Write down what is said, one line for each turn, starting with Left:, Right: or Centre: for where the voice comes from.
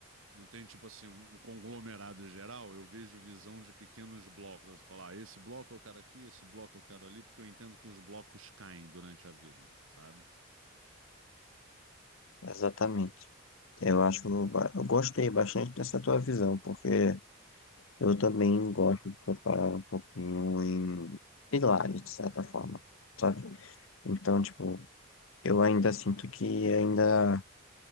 Right: não tenho, tipo assim, um um conglomerado geral, eu vejo visão de pequenos blocos. Você fala, ah, esse bloco eu quero aqui, esse bloco eu quero ali, porque eu entendo que os blocos caem durante a vida, sabe?
Left: Exatamente. Eu acho, ba- eu gostei bastante dessa tua visão, porque eu também gosto de preparar um pouquinho em pilares, de certa forma, sabe? Então, tipo, eu ainda sinto que ainda